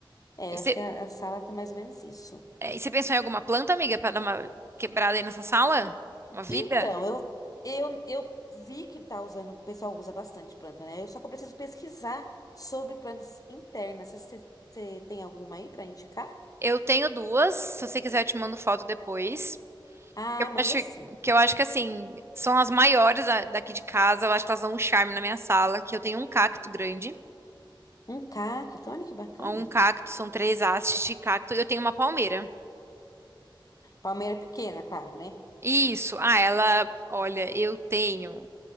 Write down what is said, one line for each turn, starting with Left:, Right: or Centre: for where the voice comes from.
Left: é,
Right: E
Left: eu
Right: você
Left: acho que a, a sala tá mais ou menos isso.
Right: é, e você pensou em alguma planta, amiga, para dar uma quebrada aí nessa sala? Uma vida?
Left: Então, eu, eu, eu vi que tá usando, o pessoal usa bastante planta, né? Eu só que eu preciso pesquisar sobre plantas internas. Você você tem alguma aí pra indicar?
Right: Eu tenho duas, se você quiser eu te mando foto depois.
Left: Ah,
Right: Eu
Left: manda
Right: acho
Left: sim.
Right: que eu acho que assim, são as maiores da- daqui de casa, eu acho que elas dão um charme na minha sala, que eu tenho um cacto grande,
Left: Um cacto, olha que bacana.
Right: um cacto, são três hastes de cacto, e eu tenho uma palmeira.
Left: Palmeira pequena, claro, né?
Right: Isso. Ah, ela, olha, eu tenho